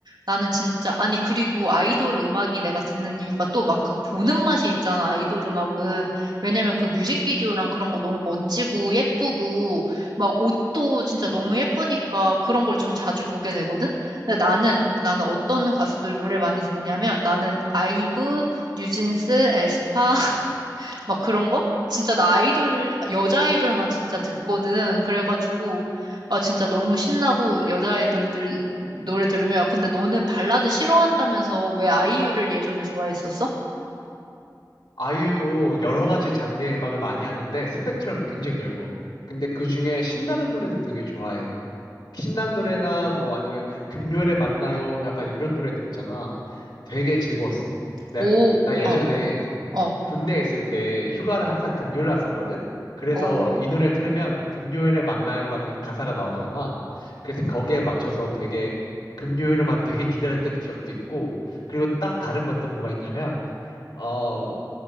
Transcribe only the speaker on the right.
나는 진짜, 아니, 그리고 아이돌 음악이 내가 듣는 이유가 또 막 그 보는 맛이 있잖아, 아이돌 음악은. 왜냐면 그 뮤직비디오랑 그런 거 너무 멋지고 예쁘고, 막 옷도 진짜 너무 예쁘니까 그런 걸 좀 자주 보게 되거든? 근데 나는, 나는 어떤 가수들 노래 많이 듣냐면 나는 아이브, 뉴진스, 에스파, 막 그런 거? 진짜 나 아이돌, 여자 아이돌만 진짜 듣거든. 그래가지고, 아, 진짜 너무 신나고, 여자 아이돌들 노래 들으면, 야, 근데 너는 발라드 싫어한다면서 왜 아이유를 예전에 좋아했었어?
오,
어, 어,
오.